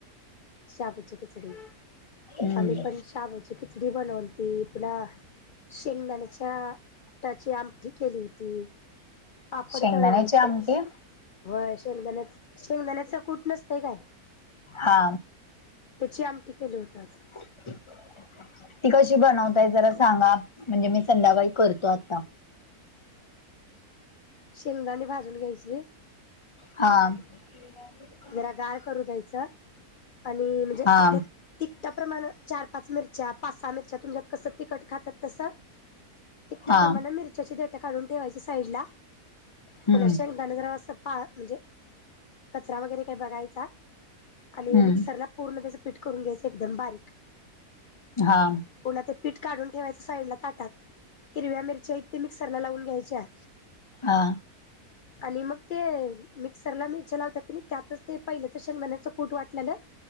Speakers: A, on the left; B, on the left.
A: शाबूची खिचडी
B: हम्म
A: आम्ही पण शाबूची खिचडी बनवलती पुन्हा शेंगदाण्याच्या कुटाची आमठी केली होती पापड
B: शेंगदाण्याची
A: ताळलं होतं
B: आमटी
A: व्हय शेंगदाण्याच शेंगदाण्याचं कुट नसतंय काय
B: हा
A: त्याची आमटी केली होती आज
B: ह ती कशी बनवताय जरा सांगा म्हणजे मी संध्याकाळी करतो आता
A: शेंगदाणे भाजून घ्यायची
B: हा शेंगदाणे
A: जरा गार करू द्यायचं आणि म्हणजे
B: हा
A: आपल्यात तिकट्या प्रमाण चार पाच मिरच्या पाच सहा मिरच्या तुमच्यात कसं तिखट खातात तसं तिकट्या
B: हा
A: प्रमाणं मिरच्याची देटं काढून ठेवायची साईडला
B: हम्म
A: पुन्हा शेंग दाणं जरा असं पा म्हणजे कचरा वगैरे काय बघायचा आणि
B: हम्म
A: मिक्सरला पूर्ण त्याचं पीठ करून घ्यायचं एकदम बारीक
B: हा
A: पुन्हा ते पीठ काढून ठेवायचं साईड ला ताटात हिरव्या मिरच्या इतके मिक्सरला लावून घ्यायच्या
B: हा
A: आणि मग ते मिक्सरला मिरच्या लावत्यात कनी त्यातच ते पहिलं तर शेंगदाण्यात चं कूट वाटलेलं